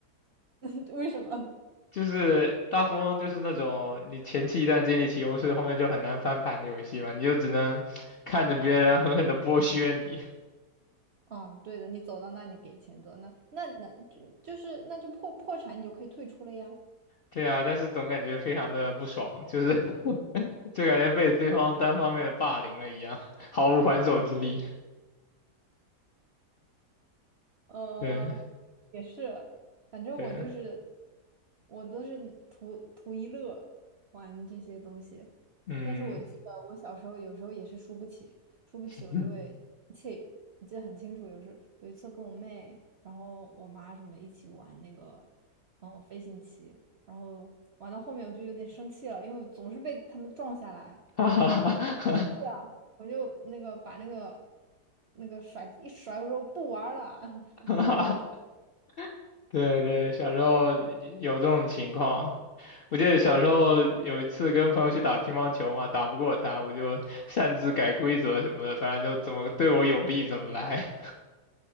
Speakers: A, on the right (about 60°); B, on the left (about 70°).
A: <laughs> 为什么？
B: 就是大富翁就是那种你前期一旦建立起优势，后面就很难翻盘的游戏嘛，你就只能看着别人狠狠的剥削你。
A: 嗯，对的，你走到那，里给钱走，那那那就就是那就破破产，你就可以退出了呀。
B: 对啊，但是总感觉非常的不爽，就是 <laughs> 就感觉被对方单方面的霸凌了一样，毫无还手之力。
A: 呃，
B: 对
A: 也是，反正我就是
B: 对，
A: 我都是图图一乐玩这些东西，
B: 嗯，
A: 但是我记得我小时候有时候也是输不起，输不起我就会生气。
B: <laughs>
A: 我记得很清楚，有时有一次跟我妹，然后我妈什么一起玩那个嗯飞行棋，然后玩到后面我就有点生气了，因为我总是被他们撞下来。
B: 哈哈哈哈
A: 我就生气了，我就那个把那个那个甩子一甩，我说我不玩儿了，<laughs>
B: 哈哈
A: 然后我就走了。
B: <laughs> 对对，小时候有这种情况。我记得小时候有一次跟朋友去打乒乓球嘛，打不过他，我就擅自改规则什么的，反正就怎么对我有利怎么来。